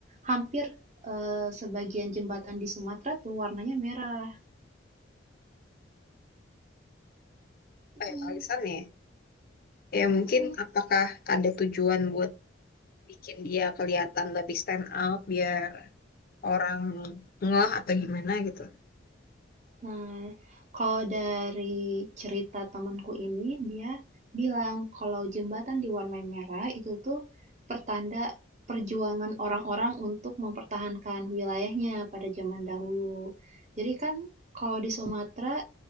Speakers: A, on the right; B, on the left.
A: hampir eh, sebagian jembatan di Sumatera tuh warnanya merah.
B: kayak
A: Mm,
B: Alisan ya. Ya mungkin
A: mm.
B: apakah ada tujuan buat bikin dia kelihatan lebih stand out biar orang ngeh atau gimana gitu.
A: Nah, kalau dari cerita temanku ini, dia bilang kalau jembatan diwarnai merah itu tuh pertanda perjuangan orang-orang untuk mempertahankan wilayahnya pada zaman dahulu. Jadi kan kalau di Sumatera,